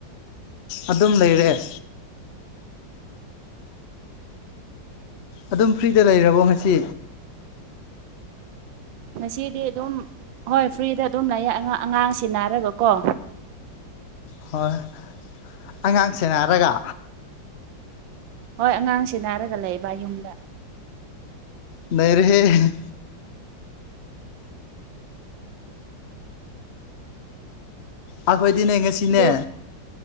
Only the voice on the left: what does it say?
ꯑꯗꯨꯝ ꯂꯩꯔꯦ ꯑꯗꯨꯝ ꯐ꯭ꯔꯤꯗ ꯂꯩꯔꯕꯣ ꯉꯁꯤ
ꯍꯣꯏ ꯑꯉꯥꯡ ꯁꯦꯅꯔꯒ
ꯅꯩꯔ‌ꯦꯍꯦ ꯑꯩꯈꯣꯏꯗꯤꯅꯦ ꯉꯁꯤꯅꯦ